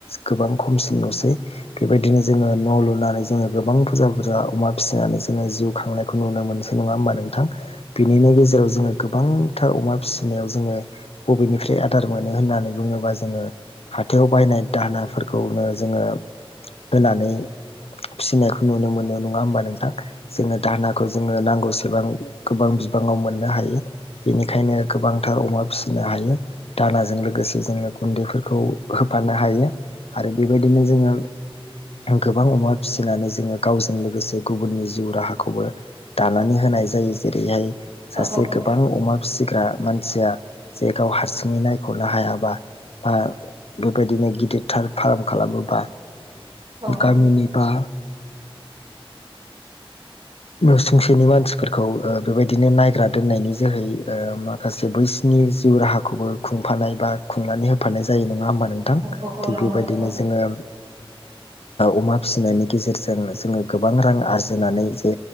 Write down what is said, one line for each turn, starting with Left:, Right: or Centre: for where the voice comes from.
Left: गोबां खमसिन नुसै बेबायदिनो जोङो न' लुनानै जोङो गोबां बुरजा बुरजा अमा फिसिनानै जोङो जिउ खांनाय खौ नुनो मोनसै नङा होमबा नोंथां बिनिनो गेजेराव जोङो गोबां थार अमा फिसिनायाव जोङो बबेनिफ्राय आदार मोनो होननानै बुङोबा जोङो हाथायाव बायनाय दाहोनाफोरखौनो जोङो होनानै फिसिनायखौ नुनो मोनो नङा होमबा नोंथां जोङो दानाखौ जोङो नांगौसेबां गोबां बिबाङाव मोननो हायो बेनिखायनो गोबांथार अमा फिसिनो हायो दानाजों लोगोसे जोङो गुन्दैफोरखौ होफानो हायो आरो बेबायदिनो जोङो गोबां अमा फिसिनानै जोङो गावजों लोगोसे गुबुननि जिउ राहाखौबो दानानै होनाय जायो जेरैहाय
Right: औ
Left: सासे बां अमा फिसिग्रा मानसिया जे गाव हारसिङै नायख'नो हायाबा बा बेबायदिनो गिदिरथार फार्म खालामोबा
Right: औ
Left: गामिनि बा न'सुंसेनि मानसिफोरखौ बेबायदिनो नायग्रा दोननायनि जोहै माखासे बै बिनि जिउ राहाखौबो खुंफानाय बा खुंनानै होफानाय जायो नङा होमबा नों गोथां
Right: औ औ औ
Left: थिग
Right: नंगौ
Left: बेबायदिनो
Right: नोंथां
Left: जोङो। अमा फिसिनायनि गेजेरजों जोङो गोबां रां आरजिनानै जे